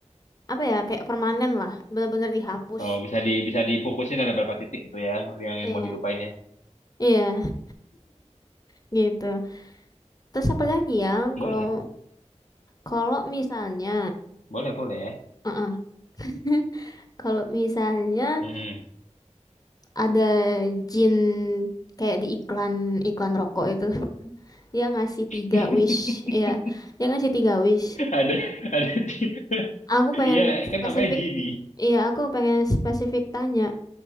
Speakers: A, on the left; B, on the left.
A: apa ya? Kayak permanen lah, bener-bener dihapus.
B: oh, bisa di bisa difokusin ada berapa titik gitu ya yang, yang
A: Iya,
B: mau dilupainnya.
A: iya, <laughs> gitu. Terus apa lagi ya?
B: Boleh,
A: Kalau kalau misalnya,
B: boleh, boleh.
A: uh <laughs> Kalau misalnya
B: mm
A: ada jin kayak di iklan iklan rokok itu <laughs> dia ngasih tiga
B: <laughs>
A: wish ya dia ngasih tiga wish
B: Ada ada <laughs>
A: aku pengen
B: Iya, kan
A: spesifik
B: namanya genie.
A: iya aku pengen spesifik tanya